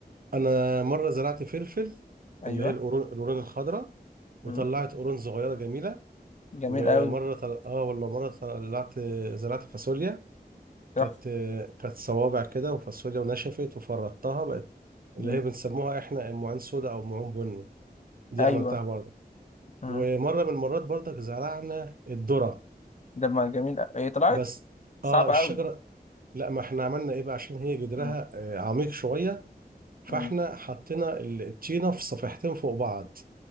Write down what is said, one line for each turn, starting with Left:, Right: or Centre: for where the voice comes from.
Right: انا مره زرعت فلفل
Left: أيوة
Right: اللي هي القرون القرون الخضراء وطلعت
Left: مم.
Right: قرون صغيره جميله
Left: جميل
Right: ومره
Left: أوي
Right: طل... اه والله مره طلعت زرعت فاصوليا
Left: تحفة
Right: كانت كانت صوابع كده وفاصوليا ونشفت وفردتها بقت اللي
Left: مم.
Right: هي بنسموها احنا معين سودا او معين بني دي
Left: أيوة
Right: عملتها برضه
Left: مم.
Right: ومره من المرات برضك زرعنا الذره
Left: ده ما جميل أوي. إيه طلعت
Right: بس
Left: صعبة
Right: اه الشجره
Left: أوي
Right: لا ما احنا عملنا ايه بقى عشان هي جدرها
Left: مم.
Right: آه، عميق شويه فاحنا
Left: مم.
Right: حطينا ال- الطينه في صفيحتين فوق بعض